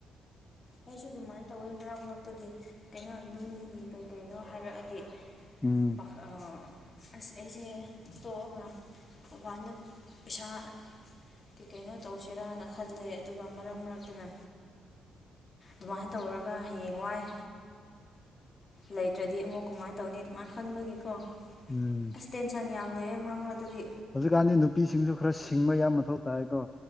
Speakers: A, on the left; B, on the left.
A: ꯑꯩꯁꯨ ꯑꯗꯨꯃꯥꯏꯅ ꯇꯧꯋꯦ ꯃꯔꯛ ꯃꯔꯛꯇꯗꯤ ꯀꯩꯅꯣ ꯌꯨꯝꯗꯒꯤ ꯀꯩ ꯀꯩꯅꯣ ꯍꯥꯏꯔꯛꯑꯗꯤ
B: ꯎꯝ
A: <unintelligible> ꯑꯁ ꯑꯩꯁꯦ ꯇꯣꯛꯑꯒ ꯃꯄꯥꯟꯗ ꯄꯩꯁꯥ ꯀꯦ ꯀꯩꯅꯣ ꯇꯧꯁꯤꯔꯥꯅ ꯈꯜꯂꯦ ꯑꯗꯨꯒ ꯃꯔꯛ ꯃꯔꯛꯇꯅ ꯗꯨꯃꯥꯏꯅ ꯇꯧꯔꯒ ꯍꯌꯦꯡꯋꯥꯏ ꯂꯩꯇ꯭ꯔꯗꯤ ꯑꯃꯨꯛ ꯀꯃꯥꯏꯅ ꯇꯧꯅꯤ ꯑꯗꯨꯃꯥꯏꯅ ꯈꯟꯕꯒꯤꯀꯣ
B: ꯎꯝ
A: ꯑꯁ ꯇ‌ꯦꯟ ꯐꯅꯌꯥꯝ ꯂꯩꯔꯦ ꯃꯔꯛ ꯃꯔꯛꯇꯗꯤ
B: ꯍꯧꯖꯤꯛꯀꯥꯟꯗꯤ ꯅꯨꯄꯤꯁꯤꯡꯁꯨ ꯈꯔ ꯁꯤꯡꯕ ꯌꯥꯝ ꯃꯊꯧ ꯇꯥꯏꯀꯣ